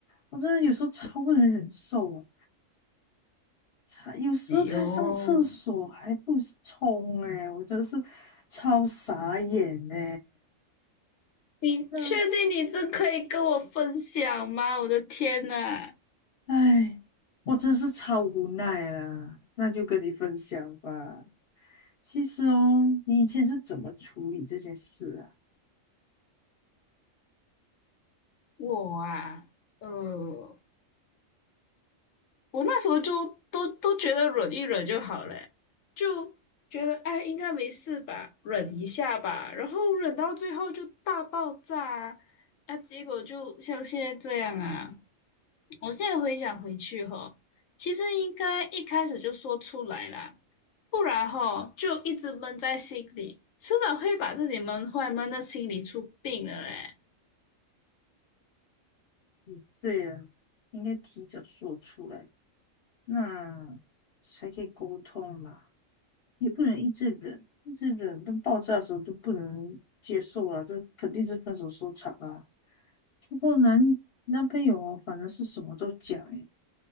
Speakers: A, on the left (about 55°); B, on the left (about 75°).
A: 我真的有时候超不能忍受啊。他有时他上厕所还不冲哎、
B: 哎呦，
A: 我真是超傻眼呢。
B: 你确定你这可以跟我分享吗？
A: 那
B: 我的天呐，
A: 哎，我真是超无奈啦。那就跟你分享吧。其实哦，你以前是怎么处理这件事啊？
B: 我啊，呃，我那时候就都都觉得忍一忍就好了欸，就觉得哎应该没事吧，忍一下吧，然后忍到最后就大爆炸啊，啊结果就像现在这样啊。我现在回想回去哈，其实应该一开始就说出来啦，不然哈就一直闷在心里，迟早会把自己闷坏，闷到心里出病了嘞。
A: 嗯，对啊，应该提早说出来，那才可以沟通嘛。也不能一直忍，一直忍，等爆炸的时候就不能接受了，这肯定是分手收场啦。不过男那边有，反正是什么都讲诶。